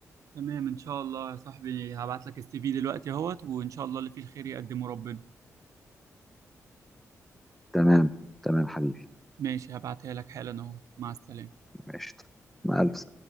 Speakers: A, on the right; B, in the centre.
A: تمام، ان شاء الله يا صاحبي هبعت لك السي في دلوقتي اهوت وان شاء الله اللي فيه الخير يقدمه ربنا
B: تمام تمام حبيبي
A: ماشي هبعتها لك حالا اهو مع السلامة
B: ماشي مع الف